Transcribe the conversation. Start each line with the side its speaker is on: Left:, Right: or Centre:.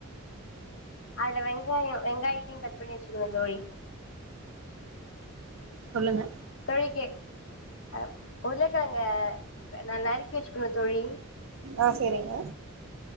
Left: அத்ல வெங்காயோ வெங்காயத்தையு கட் பண்ணி வச்சுக்கனு தோழி
Right: சொல்லுங்க
Left: தோழி கே அ உர்ளக்கெழங்க நறுக்கி வச்சுக்கனு தோழி
Right: ஆ சேரிங்க